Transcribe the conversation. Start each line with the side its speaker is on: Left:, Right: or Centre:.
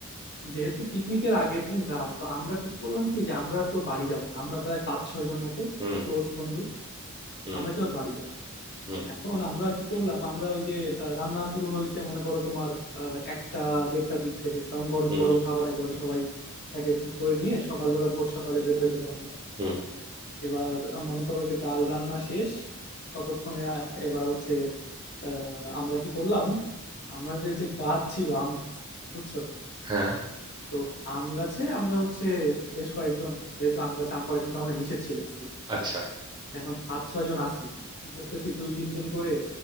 Left: যেহেতু পিকনিকের আগের দিন রাত তো আমরা ঠিক করলাম কি যে আমরা আর কেউ বাড়ি যাব না আমরা প্রায় পাঁচ ছয় জন মতো
Right: হুম
Left: ক্লোজ বন্ধু
Right: হুম
Left: আমরা কি ওর বাড়ি যাব
Right: হুম
Left: এখন আমরা কি করলাম আমরা ওই যে আহ, রান্না শুরু হয়েছে মনে করো তোমার আহ, একটা দেড়টার দিক থেকে কারণ গরম
Right: হুম
Left: গরম খাবার একেবারে সবাই প্যাকেট করে নিয়ে সকালবেলা ভোর সকালে বের হয়ে যাব আমরা
Right: হুম
Left: এবার আহ, মনে করো যে ডাল রান্না শেষ ততক্ষণে আহ, এবার হচ্ছে আহ, আমরা কি করলাম আমরা যে যে গাছ ছিল আম গাছ বুঝছো
Right: হ্যাঁ
Left: তো আম গাছে আমরা হচ্ছে বেশ কয়েকজন যেহেতু আম গাছে আম পাড়া কিন্তু আমাদের নিষেধ ছিল স্কুলে
Right: আচ্ছা
Left: এখন পাঁচ ছয় জন আছি কি করতেছি দুই তিনজন করে